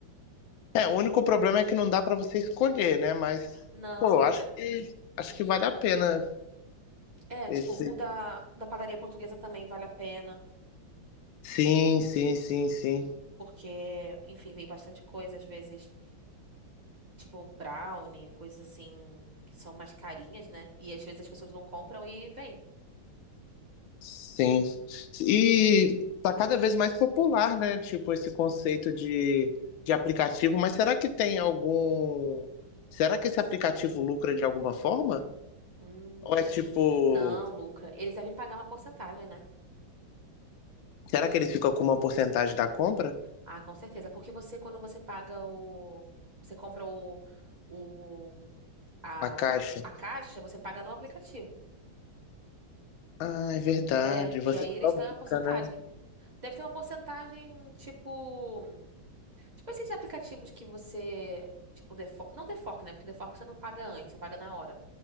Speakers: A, on the left (about 80°); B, on the right (about 30°).
A: É, o único problema é que não dá pra você escolher, né? Mas,
B: Não,
A: pô, acho
B: é.
A: que, acho que vale a pena
B: É,
A: esse.
B: tipo, o da, da padaria portuguesa também vale a pena.
A: Sim, sim, sim, sim.
B: Porque, enfim, vem bastante coisa, às vezes, tipo, brownie, coisas assim, que são mais carinhas, né? E às vezes as pessoas não compram e vem.
A: Sim. E tá cada vez mais popular, né? Tipo, esse conceito de, de aplicativo, mas será que tem algum. Será que esse aplicativo lucra de alguma forma?
B: Hum,
A: Ou é tipo.
B: não, lucra. Eles devem pagar uma porcentagem, né?
A: Será que ele fica com uma porcentagem da compra?
B: Ah, com certeza. Porque você, quando você paga o. Você compra o, o, a,
A: A caixa?
B: a caixa, você paga no aplicativo.
A: Ah, é verdade.
B: É,
A: Você
B: e aí eles
A: só busca,
B: têm uma porcentagem.
A: né?
B: Deve ter uma porcentagem, tipo. Tipo esses aplicativos que você. Tipo, defo... não defork, né? Porque defork você não paga antes, você paga na hora.